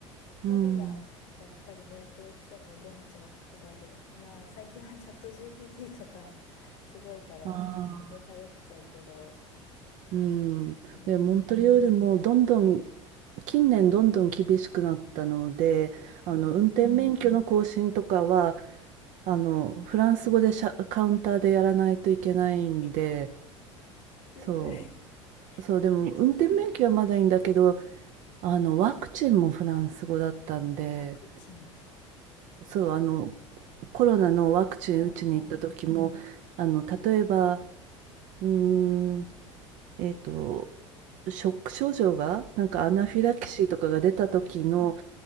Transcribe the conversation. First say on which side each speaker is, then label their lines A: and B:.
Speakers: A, on the right; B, on the left.
A: うん。
B: ものは、やっぱりね、どうしても現地の言葉で、まあ、最近はチャット GPT とか、すごいから、
A: ああ。
B: 全然頼っちゃうけど、
A: うん、
B: うん、
A: で、モントリオールもどんどん近年どんどん厳しくなったので、あの運転免許の更新とかは
B: うん、
A: あのフランス語でシャ、カウンターでやらないといけないんで、
B: え、うー、
A: そう、そうでも運転免許はまだいいんだけど、
B: <laughs> 厳しい。
A: あのワクチンもフランス語だったんで、
B: ワクチンですか
A: そうあのコロナのワクチン打ちに行った時も、
B: はい、はい、
A: あの例えば、うーんえっと、ショック症状が、なんかアナフィラキシーとかが出た時の
B: はい、はい、はい。